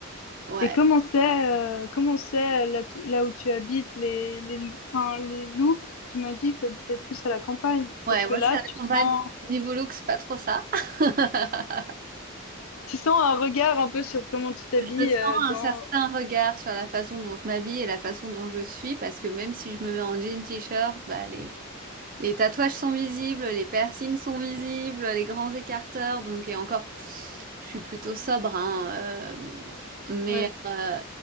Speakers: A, on the right; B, on the left.
A: Ouais.
B: Et comment c'est euh, comment c'est euh, là, t- là où tu habites, les, les, enfin, les looks, tu m'as dit que tu habitais plus à la campagne.
A: Ouais,
B: Est-ce que
A: moi
B: là,
A: je suis à
B: tu
A: la campagne,
B: sens,
A: donc niveau look, c'est pas trop ça. <laughs>
B: tu sens un regard un peu sur comment tu t'habilles
A: Je sens
B: euh,
A: un
B: dans...
A: certain regard sur la façon dont je m'habille et la façon dont je suis, parce que même si je me mets en jean t-shirt, bah les... Les tatouages sont visibles, les piercings sont visibles, les grands écarteurs, donc et encore, je suis plutôt sobre, hein, euh, mais
B: Ouais.
A: euh,